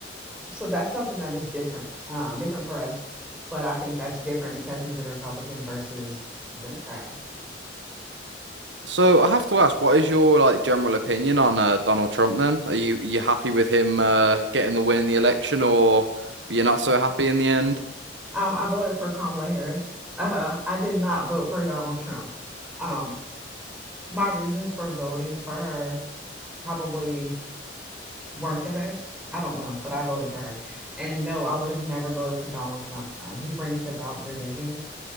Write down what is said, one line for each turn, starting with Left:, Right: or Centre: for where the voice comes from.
Centre: so that's something that is different, um, different for us. But I think that's different because he's a Republican versus a Democrat.
Right: So I have to ask, what is your like general opinion on uh, Donald Trump then? Are you you happy with him uh, getting the win in the election, or you're not so happy in the end?
Centre: Um, I voted for Kamala Harris. Uh, I did not vote for Donald Trump. Um, my reasons for voting for her probably weren't the best. I don't know, but I voted for her. And no, I would have never voted for Donald Trump. Um, he brings about division.